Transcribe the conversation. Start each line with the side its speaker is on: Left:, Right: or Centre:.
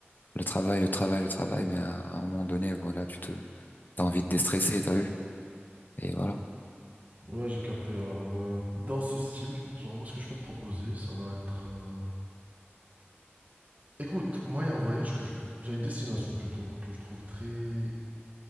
Left: Le travail, le travail, le travail, mais à, à un moment donné, voilà, tu te, t'as envie de déstresser, t'as vu? Et voilà.
Right: Ouais, j'ai capté. Alors, euh, dans ce style, genre moi, ce que je peux te proposer, ça va être... euh, Écoute, moi, il y a un voyage que je... J'ai une destination plutôt que je trouve très,